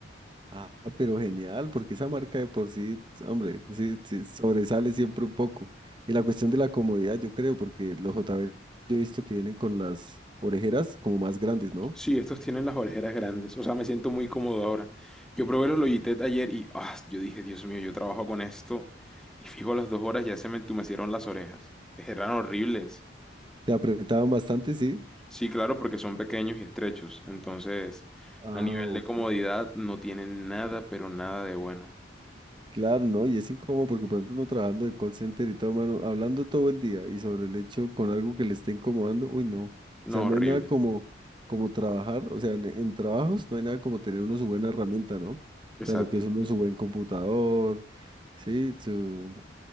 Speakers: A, on the right; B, in the centre.
A: Ah, pero genial, porque esa marca de por sí, hombre, sí, sí, sobresale siempre un poco. Y la cuestión de la comodidad, yo creo, porque los JBL yo he visto que vienen con las orejeras como más grandes, ¿no?
B: Sí, estos tienen las orejeras grandes. O sea, me siento muy cómodo ahora. Yo probé los Logitech ayer y ah, yo dije, Dios mío, yo trabajo con esto. Y fijo, a las dos horas ya se me entumecieron las orejas. Eran horribles.
A: Te apretaban bastante, sí.
B: Sí, claro, porque son pequeños y estrechos. Entonces,
A: Ah,
B: a nivel
A: ok.
B: de comodidad, no tienen nada, pero nada de bueno.
A: Claro, ¿no? Y es incómodo porque, por ejemplo, uno trabajando de call center y todo, mano, hablando todo el día y sobre el hecho con algo que le esté incomodando, uy, no. O sea,
B: No,
A: no
B: horrible.
A: hay nada como, como trabajar, o sea, en, en trabajos no hay nada como tener uno su buena herramienta, ¿no? O
B: Exacto.
A: sea, lo que es uno su buen computador, ¿sí? Su,